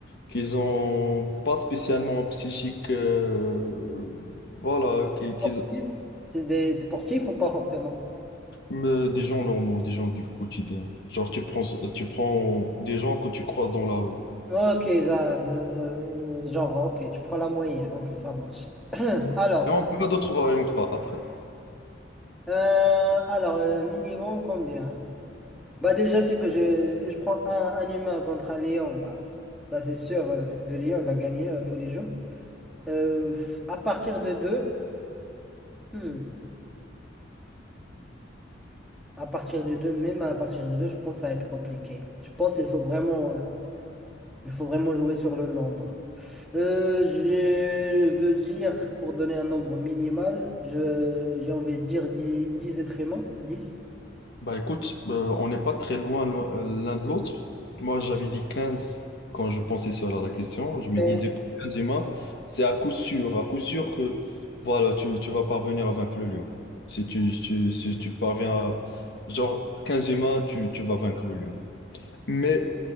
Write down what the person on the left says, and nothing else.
Qu'ils ont pas spécialement un psychique, euh, voilà, qui-
qu'ils,
mais des gens normaux, des gens du quotidien. Genre, tu prends, tu prends des gens que tu croises dans la rue.
Et on verra d'autres variantes par- après.
Bah écoute, euh, on n'est pas très loin lo- euh, l'un de l'autre. Moi, j'avais dit 15 quand je pensais sur la la question. Je me
disais que 15 humains, c'est à coup sûr, à coup sûr que voilà, tu, tu vas parvenir à vaincre le lion. Si tu, tu- si tu parviens à... Genre, 15 humains, tu, tu vas vaincre le lion. Mais